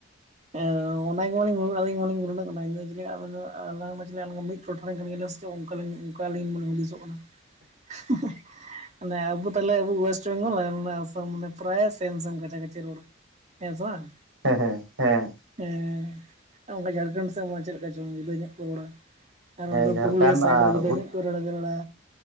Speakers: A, on the right; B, on the right.
A: ᱦᱮᱸ ᱚᱱᱟᱜᱮ ᱵᱟᱞᱤᱝ ᱜᱩᱱᱟᱱ ᱟᱞᱤᱧ ᱢᱟ ᱜᱩᱱᱟᱱ ᱱᱚᱜ ᱠᱟᱱᱟ ᱡᱮ ᱟᱵᱮᱱ ᱫᱚ ᱟᱞᱟᱝ ᱫᱚ ᱪᱮᱫ ᱢᱤᱫ ᱴᱚᱴᱷᱟ ᱨᱮᱧ ᱠᱟᱱ ᱜᱮᱭᱟ ᱥᱮ ᱪᱮᱫ ᱚᱱᱠᱟᱞᱤᱧ ᱚᱱᱠᱟᱞᱤᱧ ᱢᱟᱞᱤᱧ ᱦᱩᱫᱤᱥᱚᱜ ᱠᱟᱱᱟ ᱦᱮᱸ ᱦᱮᱸ ᱮᱫᱮᱸᱟᱵᱚ ᱛᱟᱦᱚᱞᱮ ᱟᱵᱚ ᱚᱭᱮᱥᱴ ᱵᱮᱝᱜᱚᱞ ᱮᱱ ᱟᱥᱟᱢ ᱢᱟᱱᱮ ᱯᱨᱟᱭ ᱥᱮᱢ ᱥᱮᱢ ᱠᱟᱪᱷᱟ ᱠᱟᱪᱷᱤ ᱨᱳᱰ ᱦᱮᱸ ᱥᱮ ᱵᱟᱝ
B: ᱦᱮᱸ ᱦᱮᱸ ᱦᱮᱸ
A: ᱦᱮᱸ ᱚᱱᱠᱟ ᱡᱷᱟᱲᱠᱷᱚᱱᱰ ᱥᱮᱫ ᱢᱟ ᱪᱮᱫ ᱞᱮᱠᱟ ᱪᱚᱝ ᱡᱩᱫᱟᱹ ᱧᱚᱜ ᱠᱚ ᱨᱚᱲᱟ᱾ ᱟᱨ
B: ᱦᱮᱸ
A: ᱚᱱᱛᱮ
B: ᱡᱷᱟᱲᱠᱷᱚᱸᱰ
A: ᱯᱩᱨᱩᱞᱤᱭᱟᱹ ᱥᱟᱭᱤᱰ
B: ᱟᱨ
A: ᱫᱚ ᱡᱩᱫᱟᱹ ᱧᱚᱜ ᱠᱚ ᱨᱚᱲᱮ ᱨᱚᱲᱟ᱾